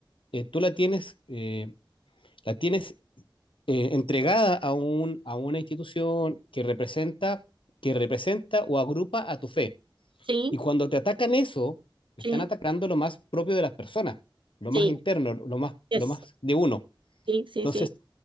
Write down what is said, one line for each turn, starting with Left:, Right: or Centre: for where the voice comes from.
Left: eh, tú la tienes, eh, la tienes eh, entregada a un, a una institución que representa, que representa o agrupa a tu fe.
Right: sí,
Left: Y cuando te atacan eso,
Right: sí,
Left: están atacando lo más propio de las personas, lo
Right: sí,
Left: más interno, lo más,
Right: yes,
Left: lo más de uno.
Right: sí, sí,
Left: Entonces,
Right: sí,